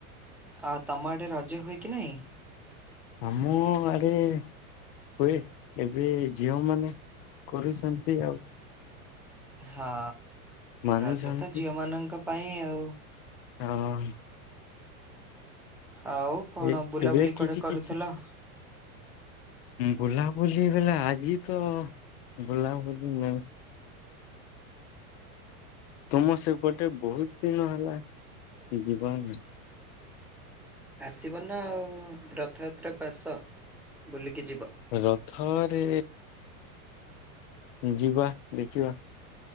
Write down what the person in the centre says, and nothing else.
ଆ ତମ ଆଡେ ରଜ ହୁଏ କି ନାଇଁ?
ହଁ,
ରଜ ତ ଝିଅମାନଙ୍କ ପାଇଁ ଆଉ।
ଆଉ କଣ
ବୁଲାବୁଲି
କୁଆଡେ
କରୁଥିଲ?
ଆସିବ ନା ଆଉ ରଥଯାତ୍ରାକୁ ଆସ ବୁଲିକି ଯିବ।